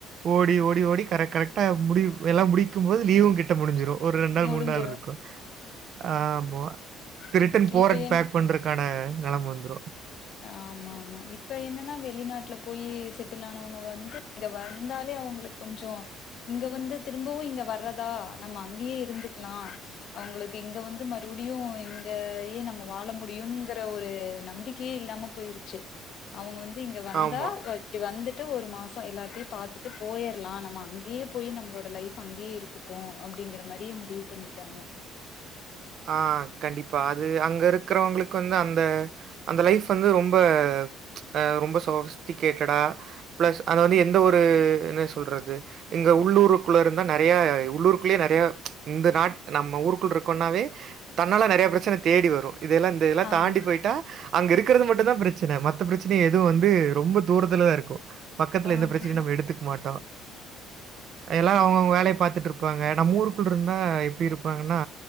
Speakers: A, on the right; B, on the left.
A: ஓடி ஓடி ஓடி கர கரெக்டா முடியு எல்லா முடிக்கு போது லீவு கிட்ட முடிஞ்சுடு ஒரு ரெண்டு நாள்
B: முடிஞ்சிரு
A: மூணு நாள் இருக்கு ஆமா இப்ப
B: ஆ
A: ரிட்டன் போற
B: இப்ப என்
A: பேக் பண்ற க்காண நெலம வந்தரு
B: ஆமா ஆமா இப்ப என்னன்னா வெளிநாட்டுல போயி செட்டில் ஆனவங்க வந்து இங்க வந்தாலே அவங்களுக்கு கொஞ்சோ இங்க வந்து திரும்பவு இங்க வறதா நம்ப அங்கயே இருந்துருக்கலா அவங்களுக்கு இங்க வந்து மறுபடியு இங்க ஏ நம்ம வாழ முடியுங்கிற ஒரு நம்பிக்க யே இல்லாம போயிருச்சு அவங்க வந்து இங்க வந்தா
A: ஆமா.
B: இப்டி வந்துட்டு ஒரு மாசோ எல்லாத்தையு பாத்துட்டு போயிடலா நம்ம அங்கேயே போய் நம்மளோட லைஃப் அங்யே இருக்கட்டு அப்டிங்கற மாதிரியே முடிவு பணிட்டாங்க
A: ஆ கண்டிப்பா அது அங்க இருக்கறவங்களுக்கு வந்து அந்த அந்த லைஃப் வந்து ரொம்ப அ ரொம்ப சொஃபிஸ்டிகேட்டடா ப்ளஸ் அத வந்து எந்த ஒரு என்ன சொல்றது இங்க உள்ளூருக்குள்ள இருந்தா நெறைய உள்ளூருக்குள்ளேயே நெறைய இந்த நாட் நம்ம ஊருக்குள் இருக்கோன்னாவே தன்னால்லா நெறைய பிரச்சன தேடி வரு இதெல்லா இந்த இதெல்லா
B: ஆமா
A: தாண்டி போயிட்டா அங்க இருக்கிறது மட்டுதா பிரச்சன மத்த பிரச்சன எதுவு வந்து ரொம்ப தூரத்துலதா இருக்கு பக்கத்துல
B: ஆமா
A: எந்த பிரச்சனையு நம்ம எடுத்துக்க மாட்டோ எல்லாரு அவங்கவுங்க வேலைய பாத்துட்டு இருப்பாங்க நம்ம ஊருக்குள்ள இருந்தா எப்டி இருப்பாங்கன்னா